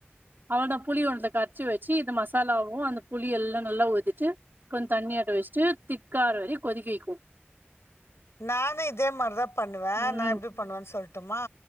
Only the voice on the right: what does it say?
அவ்ளதா புளி ஒன்னுள கரைச்சி வச்சி இந்த மசாலாவு அந்த புளி எல்லா நல்லா ஊதிட்டு கொஞ்சோ தண்ணியாட்ட வச்சிட்டு திக்காகர வர கொதிக்க வெக்கு
ம்